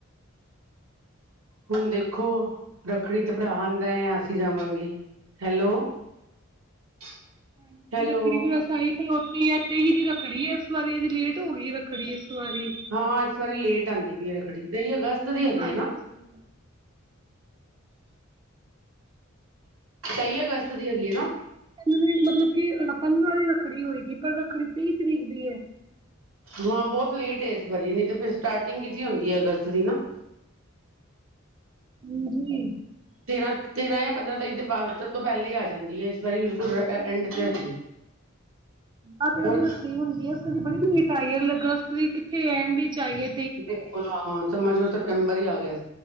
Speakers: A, on the right; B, on the right.
A: ਹੁਣ ਦੇਖੋ ਰੱਖੜੀ ਤੇ ਭਰਾ ਆਂਦਾ ਐ ਜਾਂ ਅਸੀਂ ਜਾਵਾਂਗੇ। ਹੈਲੋ। <inaudible>
B: ਹਾਂਜੀ
A: ਹੈਲੋ-ਹੈਲੋ
B: ਰੱਖੜੀ ਵੀ ਬਸ ਤਈ ਖਲੋਤੀ ਐ, ਤੀ ਦੀ ਰੱਖੜੀ ਏ ਏਸ ਵਾਰੀ, ਅੱਜ ਲੇਟ ਹੋ ਗੀ ਏ ਰੱਖੜੀ ਇਸ ਵਾਰੀ।
A: ਹਾਂ ਏਸ ਵਾਰੀ ਲੇਟ ਆਂਦੀ ਪਈ ਰੱਖੜੀ ਤੇਈ ਅਗਸਤ। ਦੀ ਹੈਗੀ
B: ਹਾਂਜੀ।
A: ਹੈ ਨਾ ਤੇਈ ਅਗਸਤ ਦੀ ਹੈਗੀ ਏ ਨਾ।
B: ਉਨੀ ਮਤਲਬ ਕੀ ਪੰਦਰਾਂ ਦੀ ਰੱਖੜੀ ਹੋਏਗੀ, ਪਰ ਰੱਖੜੀ ਤੀ ਤਰੀਕ ਦੀ ਐ।
A: ਹਾਂ ਬੋਤ ਲੇਟ ਏ ਏਸ ਵਰੀ ਨਈ ਤੇ ਫੇਰ ਸਟਾਟਿੰਗ 'ਚ ਈ ਹੁੰਦੀ ਏ ਅਗਸਤ ਦੀ ਨਾ।
B: ਹਾਂਜੀ।
A: ਤੇਰਾਂ- ਤੇਰਾਂ ਜਾਂ ਪੰਦਰਾਂ ਤਰੀਕ ਦੇ ਬਾਦ ਤੋਂ ਪੈਲਾਂ ਈ ਆ ਜਾਂਦੀ ਏ। ਇਸ ਵਾਰੀ ਬਿਲਕੁਲ ਐਂਡ
B: ਹਾਂਜੀ
A: ਤੇ ਹੈਗੀ ਏ।
B: ਆਹ ਤੇ
A: ਹੋਰ
B: ਉਹਦੀ ਰੱਖੜੀ ਹੁੰਦੀ ਹੈ ਇਸ ਵਰੀ ਬੜੀ ਲੇਟ ਆਈ ਏ, ਲੱਗਸਤ ਦੀ ਕਿੱਥੇ ਐਂਡ ਵਿੱਚ ਆਈਏ।
A: ਬਿਲਕੁਲ ਹਾਂ ਸਮਝ ਲੋ ਸਪਟੰਬਰ ਈ ਆ ਗਿਆ,